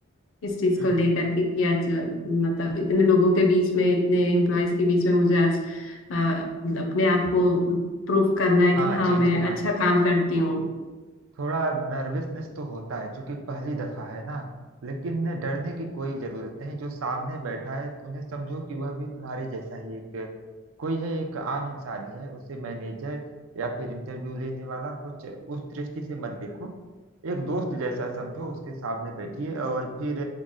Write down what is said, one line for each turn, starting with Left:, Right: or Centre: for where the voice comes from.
Left: इस चीज
Right: हम्म।
Left: को लेकर के कि आज अ, मतलब इतने लोगों के बीच में इतने एम्प्लॉयज के बीच में मुझे आज अ, अपने आप को प्रूफ करना है कि
Right: हाँ
Left: हाँ
Right: जी
Left: मैं
Right: जी हाँ
Left: अच्छा काम करती हूँ
Right: थोड़ा नर्वसनेस तो होता है क्योंकि पहली दफा है ना लेकिन डरने की कोई जरूरत नहीं जो सामने बैठा है उन्हें समझो कि वह भी तुम्हारे जैसा ही एक कोई है एक आम इंसान ही है उसे मैनेजर या फिर इंटरव्यू लेने वाला कुछ उस दृष्टि से मत देखो एक दोस्त जैसा समझो उसके सामने बैठिए और फिर